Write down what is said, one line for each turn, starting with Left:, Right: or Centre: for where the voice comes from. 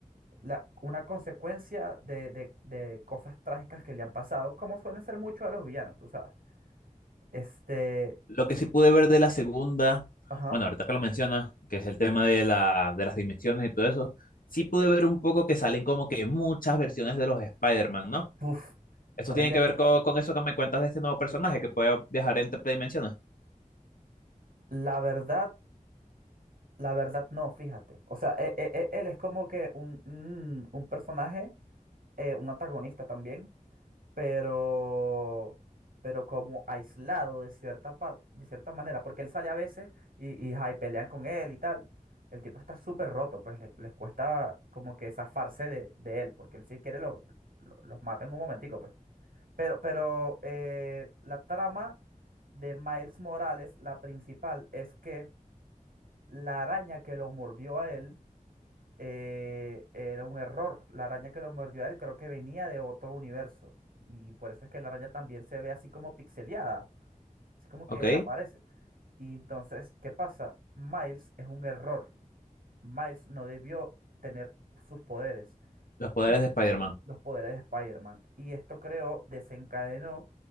Right: la- una consecuencia de, de- de cosas trágicas que le han pasado, como suelen ser muchos de los villanos, tú sabes. Este,
Left: Lo que
Right: y,
Left: sí pude ver de la segunda,
Right: ajá,
Left: bueno, ahorita que lo mencionas, que es el tema de la, de las dimensiones y todo eso, sí pude ver un poco que salen como que muchas versiones de los Spider-Man, ¿no?
Right: uf,
Left: Esto
Right: salen
Left: tiene
Right: de-
Left: que ver co- con, eso que me cuentas de este nuevo personaje que puede viajar entre dimensiones.
Right: la verdad, la verdad no, fíjate. O sea, e- e- e- él es como que un, un- un personaje, eh, un antagonista también, pero, pero como aislado de cierta parte, de cierta manera, porque él sale a veces y, y ay, pelean con él y tal. El tipo está súper roto, pues le- les cuesta como que zafarse de, de él, porque él si quiere lo, lo- los mata en un momentico, pues. Pero, pero eh, la trama de Miles Morales, la principal, es que la araña que lo mordió a él eh, era un error. La araña que lo mordió a él creo que venía de otro universo. Y por eso es que la araña también se ve así como pixeleada, así como que
Left: Ok,
Right: desaparece. Y entonces, ¿qué pasa? Miles es un error. Miles no debió tener sus poderes
Left: los poderes
Right: y
Left: de Spider-Man.
Right: los poderes de Spider-Man. Y esto creó, desencadenó